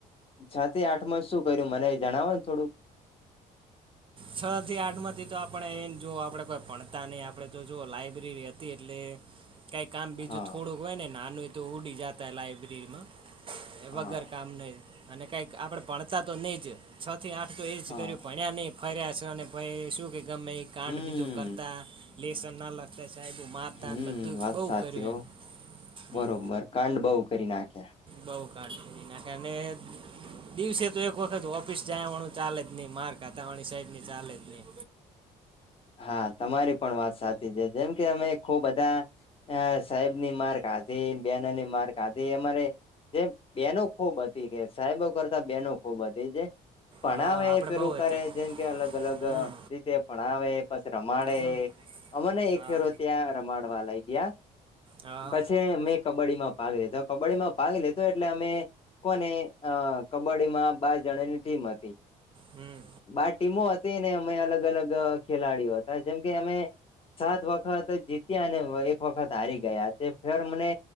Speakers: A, on the left (about 35°); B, on the right (about 35°).
A: છ થી આઠ માં શું શું કર્યું મને જણાવો ને થોડું?
B: છ થી આઠ માંથી તો આપણે એને જો આપણે કોઈ ભણતા નહી આપણે જો જો લાઈબ્રેરી હતી એટલે કઈ કામ બીજું
A: હા
B: થોડુંક હોય ને નાનું એ તો ઉડી જતા લાઈબ્રેરીમાં એ
A: હા
B: વગર કામ નહી અને કઈક આપડે ભણતા તો નઈજ છ થી આઠ તો એજ
A: હા
B: કર્યું ભાણિયાનઈ, ફર્યા છે અને પ શું કે ગમેએ કાંડ
A: હમ
B: બીજો કરતા, લેસન ના લખતા, સાહેબ એ મારતાને
A: હમ
B: બધું
A: વાત
B: બો
A: સાચી
B: કર્યું
A: હો
B: એમ, હમ્મ.
A: બરોબર કાંડ બોવ કરી નાખ્યા
B: બઉ કાડ કરી નાખ્યા અને દિવસે તો એક વખત ઓફ ઓફિસ જયા વાળું ચાલે જ નઈ, માર ખાતા વાળની સાઈડની ચાલે જ ની
A: હા, તમારી પણ વાત સાચી છે. જેમકે અમે ખો બધા અહ સાહેબની માર ખાધી, બેનોની માર ખાધી અમારે જે બેનો ખૂબ હતી, કે સાહેબો કરતા બેનો ખૂબ હતી જે ભણાવે
B: હા આપણે
A: પેલું
B: બહુ હતી
A: કરે જેમકે અલગ અલગ
B: હમ
A: રીતે ભણાવે પછ રમાડે,
B: હમ
A: અમને એક
B: હા
A: ફેરો ત્યાં રમાડવા લઈ ગયા.
B: હા
A: પછી મેં કબડ્ડીમાં ભાગ લીધો, કબડ્ડીમાં ભાગ લેતો એટલે અમે કોને અહ કબડ્ડીમાં બાર જણાની ટીમ હતી.
B: હમ્મ.
A: બાર ટીમો હતી ને અમે અલગ અલગ ખેલાડીઓ હતા જેમ કેમકે અમે સાત વખત જીત્યા અને એક વખત હારી ગયા છે ફેર મને